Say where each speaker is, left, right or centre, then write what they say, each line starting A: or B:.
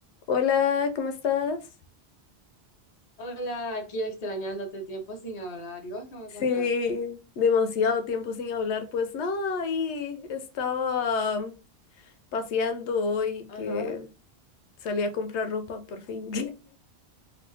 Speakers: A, on the left (about 90°); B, on the left (about 40°).
A: Hola, ¿cómo estás?
B: Hola, aquí extrañándote tiempo sin hablar. ¿Y vos qué me
A: Sí,
B: contás?
A: demasiado tiempo sin hablar. Pues nada, ahí estaba paseando hoy que
B: Ajá,
A: salí a comprar ropa por fin.